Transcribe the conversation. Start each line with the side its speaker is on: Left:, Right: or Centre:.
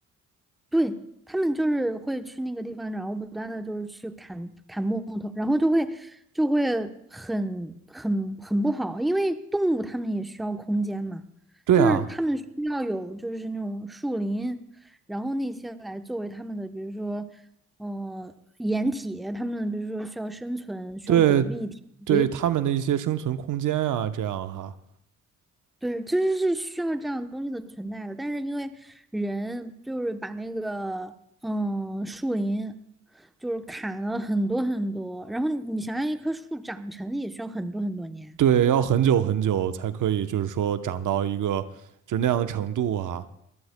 Centre: 对，他们就是会去那个地方，然后不断的就是去砍砍木头，然后就会就会很很很不好，因为动物它们也需要空间嘛，
Right: 对啊，
Centre: 就是它们需要有就是那种树林，然后那些来作为它们的，比如说呃掩体，它们比如说需要生存，需要躲避天敌，
Right: 对对，他们的一些生存空间啊，这样哈、
Centre: 对，其实是需要这样东西的存在的，但是因为人就是把那个嗯树林就是砍了很多很多，然后你想让一棵树长成也需要很多很多年，
Right: 对，要很久很久才可以，就是说长到一个就是那样的程度哈、